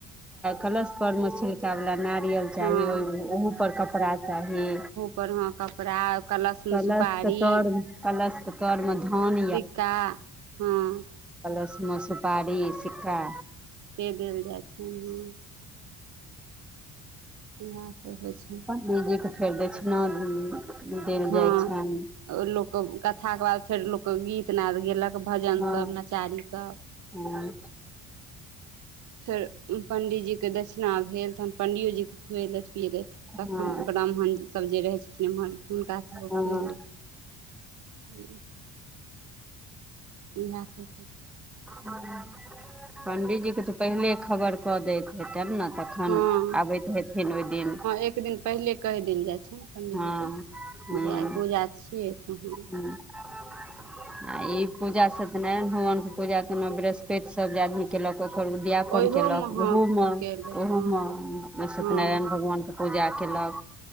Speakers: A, in the centre; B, on the right.
A: कलशपरमे छिलका वला नारियल। चाही,
B: हँ
A: ओहि मे ओहोपर कपड़ा चाही।
B: पर हँ, कप। कपड़े कलशमे
A: कलशके
B: सुपारी
A: तर कलशके तरमे धान
B: सिक्का। हँ।
A: कलस मे सुपारी सिक्का।
B: से देल जाइ छै हँ। इएह सभ होइ छै।
A: पंडित जी के फेर दक्षिणा देल
B: हँ
A: जाइ छन।
B: लोक कऽ कथा के बाद फेर लोक कऽ गीतनाद गेलक भजन
A: हँ
B: सभ नचारी सभ।
A: हँ।
B: फेर पंडितजी के दक्षिणा भेल तहन पण्डियोजी के खुएलथि पियलथि तखन
A: हँ
B: ब्राह्मण सभ जे रहै छथिन एम्हर हुनका सभके
A: हँ
B: खुए लेथि। इएह सभ होइ छै।
A: ह पण्डीजीके तऽ पहिले खबर कऽ दैत हेतन ने तखन
B: हँ
A: आबैत हेथिन ओहि दिन
B: एक दिन पहिले कहि देल जाइ छनि पंडीजीक
A: हँ हूँ
B: जे आइ पूजा छियै त ह
A: <inaudible> आ ई पूजा सत्यनारायन भगवान के पूजा ताहिमे बृहस्पति सब जे आदमी केलक ओकर उद्यापन
B: ओहियोमे
A: केलक
B: हँ
A: ओहो मे
B: केलथि
A: ओहो
B: हँ
A: मे सत्यनारायण
B: हँ
A: भगवान के पूजा कयलक